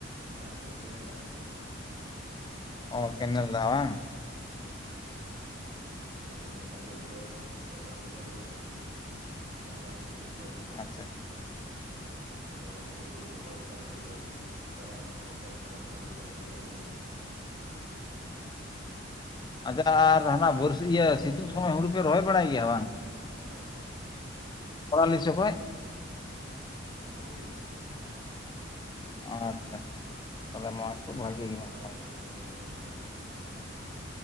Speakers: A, on the right; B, on the left.
A: ᱵᱟᱨᱦᱮ ᱨᱮ ᱠᱮᱱᱮᱞ ᱫᱟᱜ ᱢᱮᱱᱟᱜ-ᱟ᱾
B: ᱚ ᱠᱮᱱᱮᱞ ᱫᱟᱜ ᱵᱟᱝ?
A: ᱦᱩᱸ᱾ ᱦᱳᱭ ᱠᱮᱱᱮᱞ ᱫᱟᱜ ᱜᱮ ᱦᱤᱡᱩᱜᱼᱟ ᱚᱱᱟ ᱠᱚᱴᱟ ᱫᱤᱱ ᱯᱚᱨ ᱦᱤᱡᱩᱜ ᱦᱟᱸᱜ ᱟᱵᱟᱨᱼᱼ ᱯᱮ ᱫᱤᱱ ᱯᱚᱨ ᱜᱤ᱾
B: ᱟᱪᱪᱷᱟ
A: ᱟᱫᱚ ᱚᱱᱟ ᱛᱮᱜᱮ ᱦᱩᱲᱩ ᱠᱚ ᱨᱚᱦᱚᱭ ᱪᱟᱥ ᱦᱩᱭᱩᱜᱼᱟ ᱠᱷᱚᱨᱟ ᱨᱮᱦᱚᱸ ᱵᱚᱨᱥᱟᱼᱼ ᱥᱟᱞᱨᱮᱱᱟᱜ ᱵᱟᱨ ᱫᱷᱟᱣ ᱜᱮ ᱪᱟᱥ ᱦᱩᱭᱩᱜᱼᱟ ᱟᱞᱮᱥᱮᱱ ᱫᱚᱼᱼ
B: ᱟᱪᱪᱷᱟ ᱟᱨ ᱦᱟᱱᱟ ᱵᱚᱨᱥᱟ ᱤᱭᱟᱹ ᱥᱤᱛᱩᱝ ᱥᱚᱢᱚᱭ ᱦᱩᱲᱩᱯᱮ ᱨᱚᱦᱚᱭ ᱵᱟᱲᱟᱭ ᱜᱮᱭᱟ ᱵᱟᱝ?
A: ᱦᱮᱸᱼᱼ
B: ᱯᱚᱲᱟ ᱞᱤ ᱥᱮ ᱚᱠᱚᱭ?
A: ᱦᱮᱸ ᱨᱚᱦᱚᱭ ᱜᱮ᱾
B: ᱟᱪᱪᱷᱟ ᱟᱪᱪᱷᱟ ᱛᱟᱵᱮ ᱱᱚᱣᱟᱼᱼ ᱚᱵᱷᱟᱜᱤ ᱜᱮ᱾ ᱢᱟ
A: ᱵᱟᱨ
B: ᱛᱟᱦᱚᱞᱮ
A: ᱫᱷᱟᱣ ᱵᱚᱞᱮ ᱨᱚᱦᱚᱭ ᱜᱮᱭᱟ ᱱᱤᱭᱟᱹ ᱨᱮᱦᱚᱸ ᱦᱟᱱᱟ ᱥᱮᱫ ᱦᱚᱸᱼᱼ